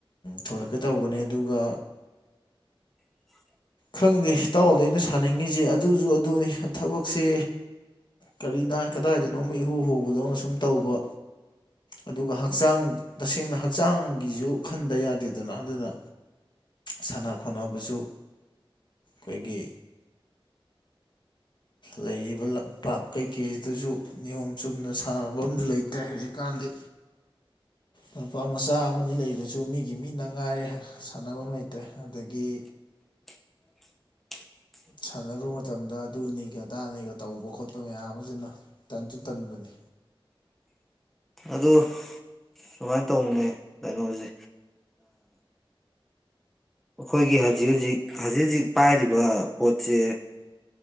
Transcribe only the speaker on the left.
ꯊꯣꯔꯛꯀꯦ ꯇꯧꯕꯅꯦ ꯑꯗꯨꯒ
ꯈꯪꯗꯦꯇꯥꯎꯔꯥꯎꯗ ꯑꯩꯅ ꯁꯥꯅꯤꯡꯉꯤꯁꯦ ꯑꯗꯨꯁꯨ ꯑꯗꯨꯅꯤ ꯊꯕꯛꯁꯦ ꯀꯔꯤꯅ ꯀꯗꯥꯏꯗꯅꯣ ꯏꯍꯨ ꯍꯨꯕꯗꯅ ꯁꯨꯝ ꯇꯧꯕ ꯑꯗꯨꯒ ꯍꯛꯆꯥꯡ ꯇꯁꯦꯡꯅ ꯍꯛꯆꯥꯡꯒꯤꯁꯨ ꯈꯟꯗ ꯌꯥꯗꯦꯗꯅ ꯑꯗꯨꯅ ꯁꯥꯟꯅ ꯈꯣꯠꯅꯕꯁꯨ ꯑꯩꯈꯣꯏꯒꯤ ꯂꯩꯔꯤꯕ ꯂꯝꯄꯥꯛ ꯀꯩꯀꯩꯁꯤꯗꯁꯨ ꯅꯤꯌꯣꯝ ꯆꯨꯝꯅ ꯁꯥꯟꯅꯕ ꯑꯁꯨ ꯂꯩꯇ꯭ꯔꯦ ꯍꯧꯖꯤꯛꯀꯥꯟꯗꯤ ꯅꯨꯄꯥ ꯃꯆꯥ ꯑꯃꯅꯤ ꯂꯩꯕꯁꯨ ꯃꯤꯒꯤ ꯃꯤꯅ ꯉꯥꯏꯔꯦ ꯁꯥꯟꯅꯐꯝ ꯂꯩꯇ꯭ꯔꯦ ꯑꯗꯒꯤ
ꯁꯥꯟꯅꯔꯨꯕ ꯃꯇꯝꯗ ꯑꯗꯨꯅꯤꯒ ꯑꯗꯥꯅꯤꯒ ꯇꯧꯕ ꯈꯣꯠꯄ ꯃꯌꯥꯝ ꯑꯃꯅ ꯇꯟꯁꯨ ꯇꯟꯕꯅꯤ